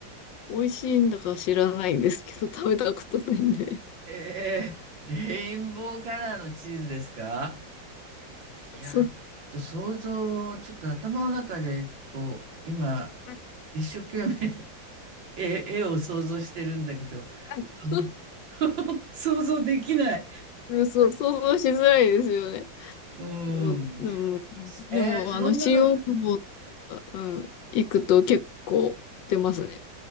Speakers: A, on the left; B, on the right.
A: 美味しいんだか知らないんですけど、食べたことないんで。
B: えー、レインボーカラーのチーズですかいや、
A: そう、
B: ちょっと想像、ちょっと頭の中で、こう、今、
A: は
B: 一生懸命 <laughs> 絵、絵を想像してるんだけど、
A: い
B: その <laughs>、想像できない。
A: そう、想像しづらいですよね。
B: うん。
A: おでも、でも、
B: えー、そんなのが、
A: あの、新大久保とか、うん、行くと結構売ってますね。